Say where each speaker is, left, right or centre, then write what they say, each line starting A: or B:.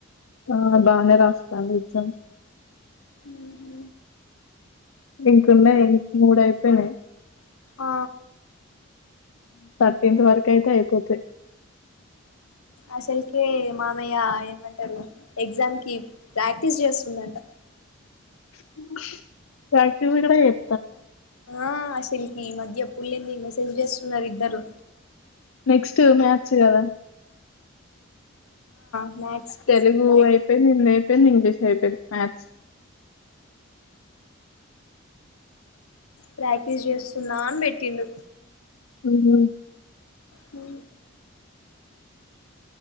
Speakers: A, on the left (about 70°); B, on the left (about 85°).
A: ఆ బాగా రాస్తాను ఎజం
B: ఉహు.
A: ఇంకున్నా ఇం మూడు అయిపోయినాయి్
B: ఆ
A: టంత వరకు అయితే అయిపోతే
B: అసలుకే మామయ్య ఏమంటారు ఎగ్జామ్ కి ప్రాక్టీస్ చేస్తుందంట
A: చ <unintelligible>
B: ఆ అష సిల్కి ఈ మద్య పుళ్ళంది మెసేజ్ చేస్తున్నారు ఇద్దరు
A: నెక్స్ట్ మ్యాథ్స్ కదా
B: ఆ మ్యాథ్స్ కి
A: తెలుగు
B: ప్రాక్
A: అయిపోయి నిన్నయిపో ఇంగ్లీష్ అయిపో మాథస్
B: ప్రాక్టీస్ చేస్తున్నా అని పెట్టిండు
A: మ్ హా
B: హ